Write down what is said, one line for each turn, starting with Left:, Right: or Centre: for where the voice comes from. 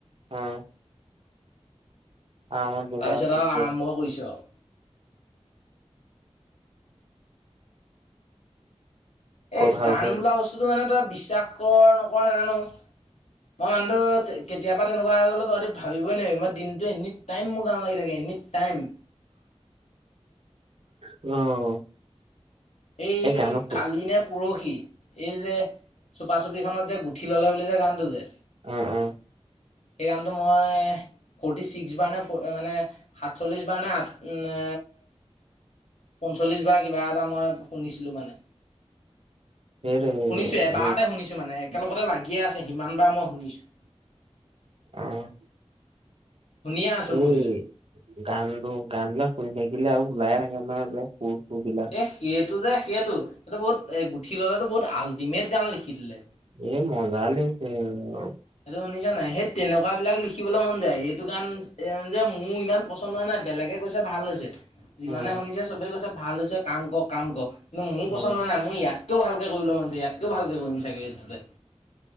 Right: অ'। আৰামত বিন্দাছ
Left: তাৰপিছত
Right: এতিয়া
Left: আৰু আৰম্ভ কৰিছোঁ আৰু।
Right: ক
Left: এই
Right: ভালকে
Left: গান বোলা বস্তুটো মানে তই বিশ্বাস কৰ নকৰ নাজানো। মই মানুহটো তে কেতিয়াবা তেনেকুৱা হৈ গ'লো তহঁতি ভাবিবই নোৱাৰিবি। মই দিনটো এনি টাইম মোৰ গান লাগি থাকে, এনি টাইম।
Right: অ'।
Left: এই
Right: গান উম
Left: কালি নে পৰ কি? এই যে চোপা চুপিখনত যে গুঠি ল'লে বুলিযে গানটো যে।
Right: উম, উম।
Left: সেই গানটো মই এ, ফৰ্টি ছিক্স বাৰ নে ফ, মানে সাতচল্লিছ বাৰ নে আঠ নে পঞ্চল্লিছ বাৰ কিবা এটা মই শুনিছিলোঁ মানে।
Right: সেইটোৱে
Left: শুনিছে এবাৰতে শুনিছোঁ মানে। কেনেকুৱাতো লাগিয়ে আছে সিমানবাৰ মই শুনিছোঁ।
Right: অ'।
Left: শুনিয়ে আছোঁ
Right: এই
Left: বহি লৈ।
Right: গানটো, গানবিলাক শুনি থাকি শুনিলে আৰু ওলাই থাকে নহয় এইবিলাক চুৰ বিলাক
Left: এ, সেই সেইটো যে সেইটো এইটো বহুত এ, গুঠি ল'লেতো বহুত আল্টিমেট গান লিখি দিলে।
Right: এ, মজা লিখিছে আৰু।
Left: সেইটো শুনিছনে নাই সেই তেনেকুৱাবিলাক লিখিবলৈ মন যায়। এইটো গান যে মোৰ ইমান পছন্দ হয় নাই, বেলেগে কৈছে ভাল হৈছে। যিমানে
Right: উম
Left: শুনিছে চবে কৈছে ভাল হৈছে কাম কৰ কাম কৰ। কিন্তু মোৰ পছন্দ
Right: উম
Left: হোৱা নাই, মোৰ ইয়াত কৈও ভালকে কৰিবলৈ মন যায় ইয়াতকৈও ভালকৈ কৰিম চাগে এইটোতে।